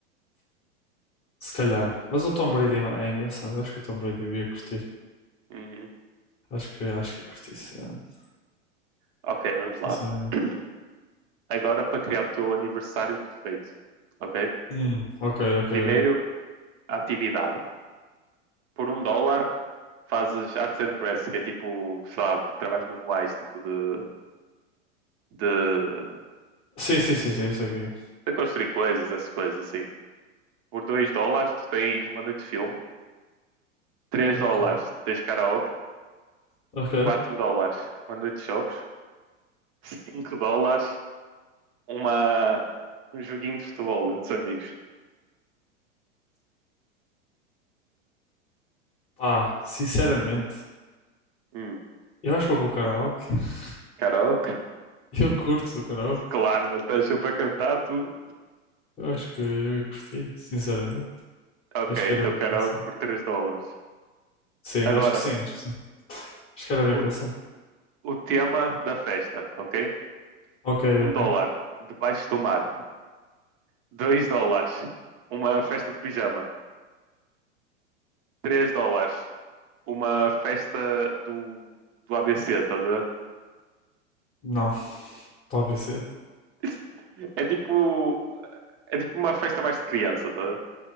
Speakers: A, on the left; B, on the right.
A: Se calhar. Mas o Tom Brady é ma- é engraçado. Eu acho que o Tom Brady eu ia curtir.
B: Uhum.
A: Acho que, acho que ia curtir, sinceramente.
B: Ok, vamos
A: Sinceramente.
B: lá. <clears throat> Agora para criar o teu aniversário perfeito, ok?
A: Hum, ok, ok,
B: Primeiro,
A: ok.
B: a atividade. Por um dólar, fazes arts and crafts, que é tipo, sei lá, trabalhos manuais, tipo de, de,
A: Sim, sim, sim, sim, isso aqui.
B: de construir coisas, essas coisas assim. Por dois dólares, tu tens uma noite de filme. Três
A: Ok,
B: dólares, tens karaoke.
A: ok.
B: quatro dólares uma noite de jogos, 5 dólares uma, um joguinho de futebol entre os amigos.
A: Pá, sinceramente,
B: Hum,
A: eu acho que vou com o karaoke. <laughs>
B: karaoke?
A: Eu curto do karaoke.
B: Claro, mas estás para cantar tudo
A: Eu acho que eu ia curtir, sinceramente.
B: Ok,
A: Acho que
B: então
A: era bem
B: karaoke
A: pensado.
B: por 3 dólares.
A: Sim,
B: Agora,
A: acho que sim, acho que sim. Acho que era bem
B: o,
A: pensado.
B: o tema da festa, ok?
A: Ok,
B: um
A: ok.
B: dólar, debaixo do mar. dois dólares, uma festa de pijama. três dólares, uma festa do, do ABC, estás a ver?
A: Não, para ABC.
B: <laughs> É tipo, é tipo uma festa mais de criança, tá?